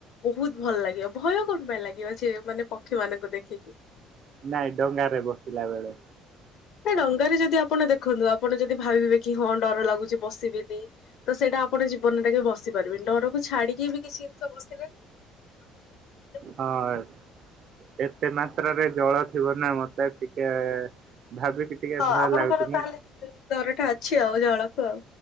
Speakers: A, on the left; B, on the right.
A: ବହୁତ ଭଲ ଲାଗିବ ଭୟ କଣ ପାଇଁ ଲାଗିବ ସେ ମାନେ ପକ୍ଷୀ ମାନଙ୍କୁ ଦେଖିକି।
B: ନାଇଁ ଡଙ୍ଗା ରେ ବସିଲା ବେଳେ।
A: ନା ଡଙ୍ଗାରେ ଯଦି ଆପଣ ଦେଖନ୍ତୁ ଆପଣ ଯଦି ଭାବିବେ କି ହଁ ଡର ଲାଗୁଛି ବସିବିନି। ତ ସେଇଟା ଆପଣ ଜୀବନ ରେ କେବେ ବସି ପାରିବେନି ଡରକୁ ଛାଡିକି ବି କିଛି ଜିନିଷ ବସିଲେ ନା ଆଉ କଣ କୁହ ଦିଦି।
B: ହଁ ଏତେ ମାତ୍ରାରେ ଜଳ ଥିବ ନା ମତ୍ ମତେ ଟିକେ ଭାବିକି ଟିକେ
A: ହଁ
B: ଭୟ
A: ଆପଣଙ୍କର
B: ଲାଗୁଛି ମୁଁ
A: ତାହେଲେ ଡରଟା ଅଛି ଆଉ ଜଳକୁ ଆଉ